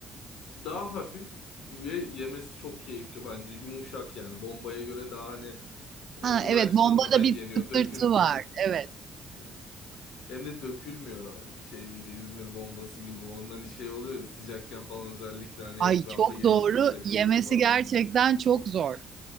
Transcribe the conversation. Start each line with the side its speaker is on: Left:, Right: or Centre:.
Left: daha hafif ve yemesi çok keyifli bence. Yumuşak yani. Bombaya göre daha hani e,
Right: Ha,
Left: uğraştırmadan
Right: evet, bombada
Left: yeniyor,
Right: bir tıktırtı
Left: dökülmüyor.
Right: var. Evet.
Left: Hı. Hem de dökülmüyor şey gibi İzmir bombası gibi. Ondan şey oluyor ya, sıcakken falan özellikle hani etrafa
Right: Ay çok
Left: yayılıyor,
Right: doğru.
Left: saçılıyor
Right: Yemesi
Left: falan.
Right: gerçekten çok zor